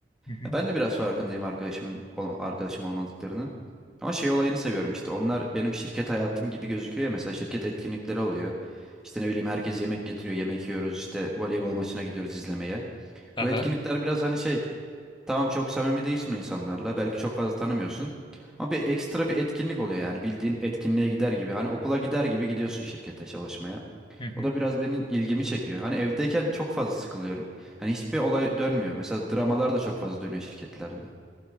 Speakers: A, on the left; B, in the centre.
A: Hı hı.
B: Ya Ben de biraz farkındayım arkadaşımın olma- arkadaşım olmadıklarının. Ama şey olayını seviyorum işte. Onlar benim şirket hayatım gibi gözüküyor ya. Mesela şirket etkinlikleri oluyor. İşte ne bileyim herkes yemek getiriyor. Yemek yiyoruz. İşte voleybol maçına gidiyoruz izlemeye.
A: Aha.
B: Bu etkinlikler biraz hani şey. Tamam çok samimi değilsin o insanlarla. Belki çok fazla tanımıyorsun. Ama bir ekstra bir etkinlik oluyor yani. Bildiğin etkinliğe gider gibi. Hani okula gider gibi gidiyorsun şirkete çalışmaya.
A: Hı hı.
B: O da biraz benim ilgimi çekiyor. Hani evdeyken çok fazla sıkılıyorum. Hani hiçbir olay dönmüyor. Mesela dramalar da çok fazla dönüyor şirketlerde.